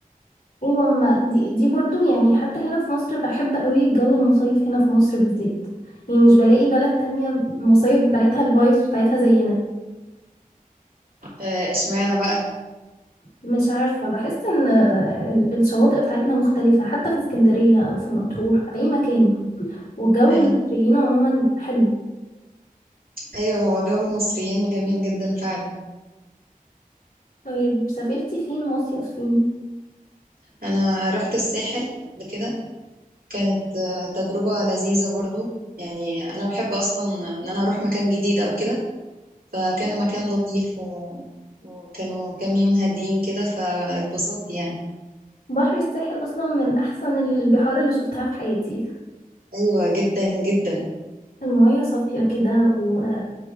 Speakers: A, on the left (about 75°); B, on the right (about 85°).
A: ايوه ما دي دي برضو يعني حتى هنا في مصر بحب قوي جو المصايف هنا في مصر بالذات يعني مش بلاقي بلد تانية المصايف بتاعتها الفايبس بتاعتها زينا
B: آه، اشمعنى بقى
A: مش عارفة بحس ان الشواطئ بتاعتنا مختلفة حتى في اسكندرية او في مطروح في اي مكان والجو
B: أي-
A: المصريين عموما حلو
B: ايوه هو جو المصريين جميل جدا فعلا
A: طيب سافرتي فين مصيف فين
B: انا رحت الساحل قبل كده كانت آه، تجربة لذيذة برضو يعني انا بحب اصلا ان انا اروح مكان جديد او كده فكان المكان لطيف و... وكانوا كام يوم هاديين كده فاتبسطت يعني
A: بحر الساحل اصلا من احسن البحار اللي شفتها في حياتي
B: ايوه جدا جدا
A: المية صافية كده و-